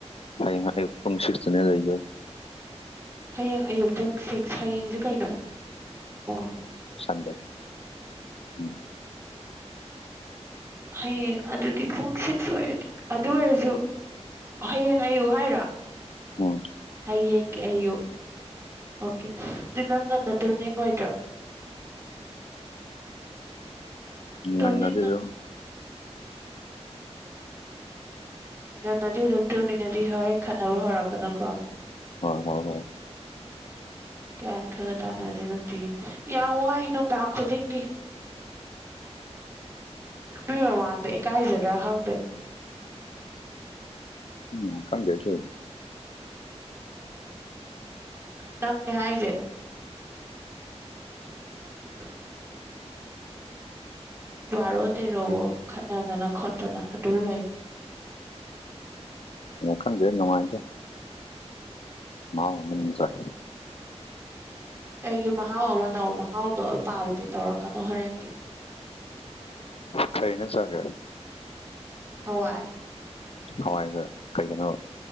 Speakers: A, on the left; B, on the right.
A: ꯍꯌꯦꯡ ꯑꯌꯨꯛ ꯄꯨꯡ ꯁꯤꯀꯁ꯭ꯇꯥꯅꯦ ꯂꯩꯔꯤꯗꯣ
B: ꯍꯌꯦꯡ ꯑꯌꯨꯛ ꯄꯨꯡ ꯁꯤꯛꯁ ꯍꯌꯦꯡꯁꯦ ꯀꯩꯅꯣ ꯑꯣ
A: ꯁꯟꯗꯦ ꯎꯝ
B: ꯍꯌꯦꯡ ꯑꯗꯨꯗꯤ ꯄꯨꯡ ꯁꯤꯛꯁ ꯑꯣꯏꯔꯗꯤ ꯑꯗꯨ ꯑꯣꯏꯔꯁꯨ ꯍꯌꯦꯡ ꯑꯌꯨꯛ ꯍꯥꯏꯔꯣ
A: ꯎꯝ
B: ꯍꯥꯌꯦꯡꯒꯤ ꯑꯌꯨꯛ ꯑꯣꯀꯦ ꯑꯗꯨ ꯅꯪ ꯉꯟꯅ ꯇꯨꯝꯅꯤꯡꯉꯣꯏꯗ꯭ꯔꯣ
A: ꯉꯟꯅꯗꯤ
B: ꯇꯨꯝꯅꯤꯡꯉ
A: ꯑꯗꯨꯝ
B: ꯉꯟꯅꯗꯤ ꯑꯗꯨꯝ ꯇꯨꯅꯤꯡꯉꯗꯤ ꯍꯣꯔꯦꯟ ꯈꯠꯅꯕ ꯍꯧꯔꯛꯀꯅꯨ ꯀꯣ
A: ꯍꯣꯏ ꯍꯣꯏ ꯍꯣꯏ
B: ꯌꯥꯟ ꯈꯔꯒ ꯇꯥꯗꯕꯁꯤ ꯅꯨꯡꯇꯤꯒꯤ ꯌꯥꯝ ꯋꯥꯏ ꯅꯨꯡꯗꯥꯡ ꯈꯨꯗꯤꯡꯒꯤ ꯃꯤ ꯃꯃꯥꯡꯗ ꯏꯀꯥꯏꯖꯗ꯭ꯔꯥ ꯈꯪꯗꯦ
A: ꯎꯝ ꯈꯪꯗꯦꯅꯦ ꯇꯧꯖꯦ
B: ꯅꯪꯅꯦ ꯍꯥꯏꯖꯦ <inaudible> ꯕꯥꯔꯣ ꯇꯦꯔꯣꯕꯧ ꯈꯠꯅꯗꯅ ꯈꯣꯠꯇꯅ ꯑꯗꯨꯝ ꯂꯩ
A: ꯎꯝ ꯈꯪꯗꯦ ꯅꯨꯡꯉꯥꯏꯗꫭꯏꯔ ꯃꯥꯎ ꯃꯅꯨꯡ ꯆꯪꯕꯅꯤ
B: ꯀꯩꯒꯤ ꯃꯍꯥꯎ ꯑꯃꯅꫭ ꯃꯍꯥꯎꯗꯣ ꯄꯥꯝꯗꯦ ꯇꯧꯔꯛꯀꯅꯣ ꯍꯣꯔꯦꯟꯗꯤ
A: ꯀꯩꯩꯅ ꯖꯥꯡ ꯆꯥꯒꯦ
B: ꯍꯣꯏ
A: ꯍꯋꯥꯏꯒ ꯀꯩꯒꯅꯣꯕꯥ